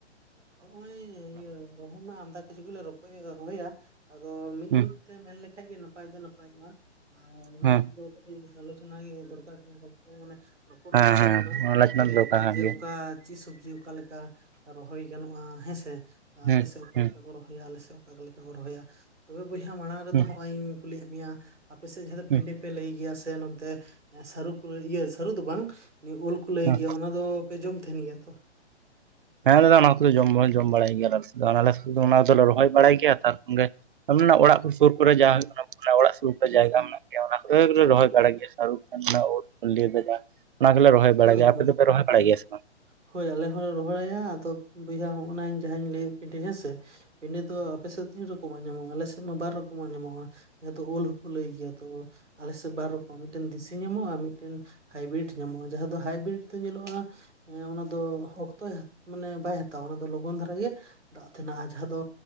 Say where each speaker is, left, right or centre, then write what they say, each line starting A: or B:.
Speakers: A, on the right; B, on the right.
A: ᱦᱚᱜ ᱚᱭᱤᱭᱟᱹ ᱨᱚᱦᱚᱭ ᱢᱟ ᱟᱢᱫᱟ ᱠᱤᱪᱷᱩ ᱜᱮᱞᱮ ᱨᱚᱦᱚᱭᱟ ᱟᱫᱚ ᱢᱤᱫ
B: ᱦᱩᱸ
A: ᱢᱤᱫ ᱛᱮ ᱢᱮᱱ ᱞᱮᱠᱷᱟᱡ ᱜᱮ ᱱᱟᱯᱟᱭ ᱫᱚ ᱱᱟᱯᱟᱭᱚᱜᱼᱟ ᱟᱨ ᱚᱱᱟ
B: ᱦᱩᱸ
A: ᱠᱚᱫᱚ ᱟᱞᱳᱪᱱᱟ ᱫᱚᱨᱠᱟᱨ ᱠᱟᱱᱟ ᱢᱟᱱᱮ ᱨᱚᱯᱚᱲ
B: ᱦᱮᱸ
A: ᱫᱚᱨᱠᱟᱨ
B: ᱦᱮᱸ
A: ᱠᱟᱱᱟ
B: ᱚᱱᱟ ᱞᱟᱡᱱᱟᱜ
A: ᱵᱷᱟᱜᱮ
B: ᱫᱚ
A: ᱞᱮᱠᱟ
B: ᱠᱟᱱ
A: ᱡᱮ
B: ᱜᱮᱭᱟ
A: ᱚᱠᱟ ᱪᱮᱫ ᱥᱚᱵᱡᱤ ᱚᱠᱟᱞ ᱞᱮᱠᱟ ᱨᱚᱦᱚᱭ ᱜᱟᱱᱚᱜᱼᱟ ᱦᱮᱸᱥᱮ
B: ᱦᱩᱸ
A: ᱟᱯᱮᱥᱮᱫ ᱚᱠᱟᱮ
B: ᱦᱩᱸ
A: ᱞᱮᱠᱟ ᱠᱚᱚᱦ ᱨᱚᱦᱚᱭᱟᱞᱮ ᱥᱮ ᱚᱠᱟ ᱞᱮᱠᱟ ᱠᱚ ᱨᱚᱦᱚᱭᱟ ᱛᱚᱵᱮ ᱵᱚᱭᱦᱟ ᱢᱟᱲᱟᱝ ᱨᱮᱫᱚ
B: ᱦᱩᱸ
A: ᱱᱚᱜᱼᱚᱭ ᱤᱧ ᱠᱩᱞᱤᱭᱮᱫ ᱢᱮᱭᱟ ᱟᱯᱮ ᱥᱮᱫ ᱡᱟᱦᱟᱸ
B: ᱦᱩᱸ
A: ᱯᱤᱰᱤ ᱯᱮ ᱞᱟᱹᱭ ᱜᱮᱭᱟ ᱥᱮ ᱱᱚᱛᱮ ᱥᱟᱹᱨᱩ ᱠᱚ ᱤᱭᱟᱹ ᱥᱟᱹᱨᱩ ᱫᱚ ᱵᱟᱝ ᱩᱞ ᱠᱚ
B: ᱦᱩᱸ
A: ᱞᱟᱹᱭ ᱜᱮᱭᱟ ᱚᱱᱟ ᱫᱚ ᱯᱮ ᱡᱚᱢ ᱛᱟᱦᱮᱱ ᱜᱮᱭᱟ ᱛᱚ
B: ᱦᱮᱸ ᱫᱟᱫᱟ ᱚᱱᱟ ᱠᱚ ᱡᱚᱢ ᱡᱚᱢ ᱵᱟᱲᱟᱭ ᱜᱮᱭᱟᱮᱞᱮ ᱥᱩᱩ ᱚᱱᱟ ᱫᱚᱞᱮ ᱨᱚᱦᱚᱭ ᱵᱟᱲᱟᱭ ᱜᱮᱭᱟ ᱛᱟᱨᱠᱷᱚᱱᱮ ᱚᱲᱟᱜ ᱠᱚ ᱥᱩᱨ ᱠᱚᱨᱮ ᱡᱟᱦᱟᱸ ᱦᱩᱭᱩᱜ ᱠᱟᱱᱟ ᱚᱲᱟᱜ ᱥᱩᱨ ᱨᱮ ᱡᱟᱭᱜᱟ ᱢᱮᱱᱟᱜᱼᱟ᱾ ᱚᱱᱟ ᱠᱚᱫᱚ ᱜᱮᱞᱮ ᱨᱚᱦᱚᱭ ᱵᱟᱲᱟᱭ ᱜᱮᱭᱟ ᱥᱩᱠ ᱩᱴ ᱫᱚ ᱚᱱᱟ ᱜᱮᱞᱮ ᱨᱚᱦᱚᱭ ᱵᱟᱲᱟᱭ
A: ᱦᱳᱭ
B: ᱜᱮᱭᱟᱯᱮ
A: ᱦᱳᱭ
B: ᱫᱚ ᱯᱮᱮᱨᱚᱦᱟ ᱵᱟᱲᱟᱭ ᱜᱮᱭᱟᱢᱟ
A: ᱦᱳᱭ ᱟᱞᱮ ᱦᱚᱸᱞᱮ ᱨᱚᱦᱚᱲᱟᱭᱭᱟ ᱟᱫᱚ ᱵᱚᱭᱦᱟ ᱦᱚᱸᱜᱼᱚᱭ ᱡᱟᱦᱟᱸᱧ ᱞᱟᱹᱭᱫ ᱯᱤᱷᱭᱟ ᱦᱮᱸᱥᱮ ᱯᱮᱰ ᱫᱚ ᱟᱯᱮᱮᱥᱮᱫ ᱫᱚ ᱛᱤᱱ ᱯᱟᱱᱴᱮ ᱯᱮᱱᱴᱮ ᱫᱚ ᱨᱚᱠᱚᱢᱟᱜ ᱧᱟᱢᱚᱜᱼᱟ ᱟᱞᱮ ᱥᱮᱫ ᱢᱟ ᱵᱟᱨ ᱨᱚᱠᱚᱢᱟᱜ ᱧᱟᱢᱚᱜᱼᱟ ᱡᱟᱦᱟᱸ ᱫᱚ ᱚᱞ ᱠᱚ ᱞᱟᱹᱭ ᱜᱮᱭᱟ ᱛᱚ ᱟᱞᱮᱮᱥᱮᱫ ᱵᱟᱨ ᱨᱚᱠᱚᱢ ᱢᱤᱫᱴᱮᱱ ᱫᱤᱥᱟᱹ ᱧᱟᱢᱚᱜᱼᱟ ᱢᱤᱫᱴᱮᱱ ᱦᱟᱭᱵᱨᱤᱴ ᱧᱟᱢᱚᱜᱼᱟ ᱡᱟᱦᱟᱸ ᱫᱚ ᱦᱟᱭᱵᱨᱤᱰ ᱫᱚ ᱧᱮᱞᱚᱜᱼᱟ ᱚᱱᱟ ᱫᱚ ᱚᱠᱛᱚᱭ ᱢᱟᱱᱮ ᱵᱟᱭ ᱦᱟᱛᱟᱣᱟ ᱚᱱᱟ ᱫᱚ ᱞᱚᱜᱚᱱ ᱫᱷᱟᱨᱟ ᱜᱮ ᱫᱟᱜ ᱛᱟᱦᱮᱸᱱᱟᱜ ᱡᱟᱦᱟᱸ ᱫᱚ